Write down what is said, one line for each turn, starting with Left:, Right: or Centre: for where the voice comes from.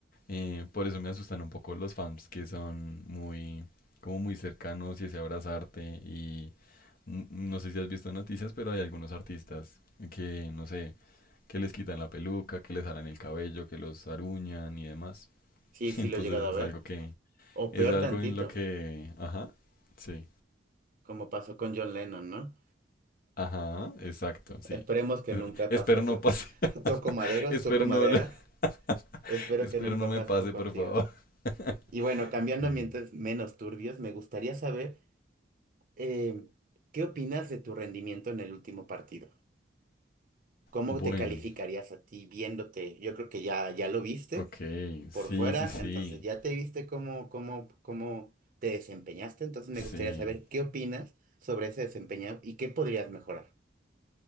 Left: Eh, por eso me asustan un poco los fans que son muy, como muy cercanos y ese abrazarte. Y mm, no sé si has visto noticias, pero hay algunos artistas que, no sé, que les quitan la peluca, que les harán el cabello, que los aruñan y demás.
Right: Sí,
Left: <laughs>
Right: sí
Left: Entonces
Right: lo he llegado a
Left: es
Right: ver.
Left: algo que,
Right: O
Left: es
Right: peor
Left: algo
Right: tantito,
Left: en lo que, ah, sí,
Right: como pasó con John Lennon, ¿no?
Left: ajá, exacto, sí.
Right: Esperemos que
Left: <laughs>
Right: nunca
Left: Espero
Right: pase eso.
Left: no pase, <laughs>
Right: Toco madero,
Left: espero
Right: toco madera.
Left: no, lo- <laughs>
Right: Espero
Left: espero
Right: que nunca
Left: no me
Right: pase
Left: pase,
Right: eso contigo.
Left: por favor. <laughs>
Right: Y bueno, cambiando
Left: Sí.
Right: a ambientes menos turbios, me gustaría saber eh, ¿qué opinas de tu rendimiento en el último partido? ¿Cómo
Left: Bueno,
Right: te calificarías a ti viéndote? Yo creo que ya, ya lo viste
Left: ok, sí,
Right: por fuera,
Left: sí, sí,
Right: entonces ya te viste cómo, cómo, cómo te desempeñaste. Entonces
Left: sí.
Right: me gustaría saber qué opinas sobre ese desempeño y qué podrías mejorar.